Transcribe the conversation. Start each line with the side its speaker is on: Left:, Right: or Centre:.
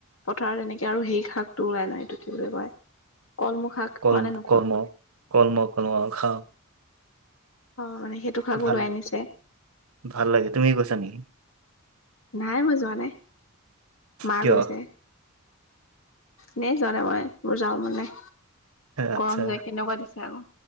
Left: পথাৰত এনেকে আৰু সেই শাকটো ওলাই নয় এইটো কি বুলি কয় কলমু শাক।
Right: কলমু
Left: খোৱা নে নোখোৱা
Right: কৰ্ম কলম কন আও খাওঁ।
Left: অ মানে সেইটো শাগো
Right: ভাল
Left: লৈ আনিছে।
Right: ভাল লাগে তুমি গৈছা নেকি?
Left: নাই মই যোৱা নাই। মা
Right: কিয়
Left: গৈছে এনেই জোৱা নাই মই মোৰ যাব নাই।
Right: আচ্ছা
Left: গৰম যে কেনেকুৱা দিছে আক,